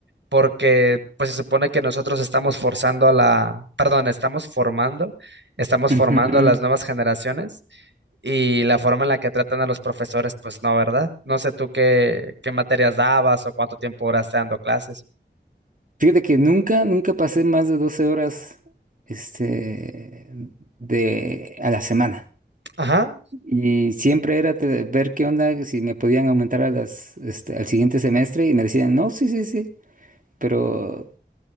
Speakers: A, on the right; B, on the right.
A: porque pues se supone que nosotros estamos forzando a la, perdón, estamos formando, estamos
B: Ujú.
A: formando a las nuevas generaciones y la forma en la que tratan a los profesores, pues no, ¿verdad? No sé tú qué, qué materias dabas o cuánto tiempo duraste dando clases.
B: Fíjate que nunca, nunca pasé más de 12 horas, este, de, a la semana.
A: Ajá,
B: Y siempre era te- ver qué onda, si me podían aumentar a las, este, al siguiente semestre y me decían, no, sí, sí, sí. pero